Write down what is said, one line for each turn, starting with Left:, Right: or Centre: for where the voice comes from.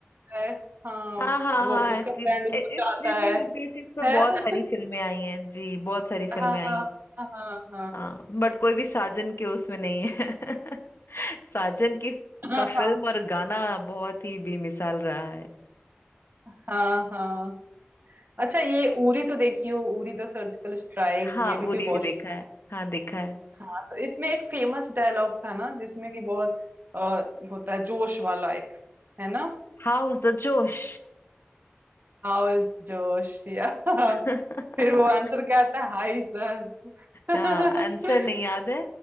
Right: है हाँ
Left: हाँ हाँ
Right: वो
Left: हाँ
Right: उसका
Left: ऐसी
Right: फ्रेंड उसको
Left: इ-
Right: चाहता
Left: इस बेसिस
Right: है
Left: बेसिस पे
Right: है
Left: बहुत
Right: ना?
Left: सारी फिल्में आई हैं जी बहुत सारी
Right: हाँ
Left: फिल्में आई हैं
Right: हाँ हाँ
Left: हाँ बट कोई भी साजन के उसमें नहीं है <laughs> साजन की
Right: हाँ
Left: का फिल्म और गाना बहुत ही बेमिसाल रहा है
Right: हाँ हाँ हाँ। अच्छा ये उरी तो देखी हो उरी द सर्जिकल स्ट्राइक
Left: हाँ
Right: ये
Left: उरी
Right: भी कोई क्वेश्चन
Left: भी देखा है हाँ देखा है
Right: था तो इसमें एक फेमस डायलॉग था ना जिसमें कि बहुत अ, होता है जोश वाला एक है ना
Left: हाउस द जोश
Right: हाउ इज जोश या <laughs>
Left: <laughs>
Right: फिर वो आंसर क्या आता है हाई सर क्या
Left: यहाँ आंसर नहीं याद है